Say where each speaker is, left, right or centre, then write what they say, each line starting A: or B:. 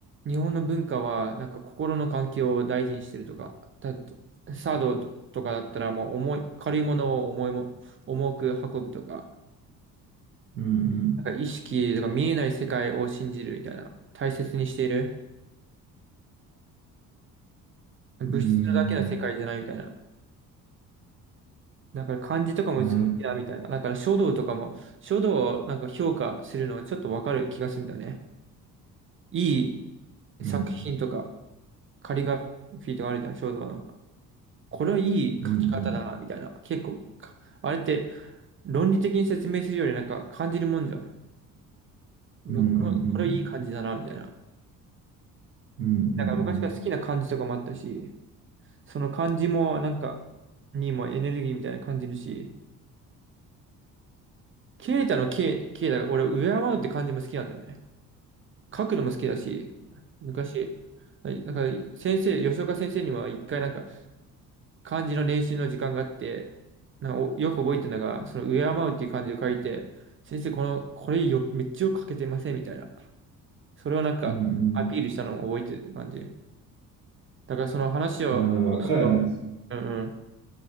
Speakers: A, on the right; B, on the right.
A: 日本の文化は、なんか心の環境を大事にしてるとか、たサードとかだったら、もう重い、軽いものを重いも、重く運ぶとか、
B: うん
A: なんか意識とか見えない世界を信じるみたいな、大切にしている。物質だけの世界じゃないみたいな。
B: うんうん
A: だから漢字とかも美しいなみたいな。
B: なる
A: だから書道とかも、書道をなんか評価するのはちょっとわかる気がするんだよね。い
B: うん
A: い作品とか、カリグラフィーとかあるじゃん、書道の。これはいい書き方だな、
B: うんうん
A: みたいな。結構、かあれって論理的に説明するよりなんか感じるもんじゃん。うわ、
B: うんうんうん
A: これ、これいい感じだな、みたいな。
B: うん
A: なんか昔から好きな感じとかもあったし、その感じもなんか、にもエネルギーみたいな感じるし、ケイタのケイ、ケイタが俺、敬うって感じも好きなんだよね。書くのも好きだし、昔、はいだから先生、吉岡先生にも一回なんか、漢字の練習の時間があって、なんかおよく覚えてるのが、その敬うっていう漢字を書いて、先生、この、これよ、めっちゃよく書けてませんみたいな。それをなんか、
B: うんうん
A: アピールしたのを覚えてる感じ。だからその話を戻すと、
B: あだから彼はなんか
A: うんうん、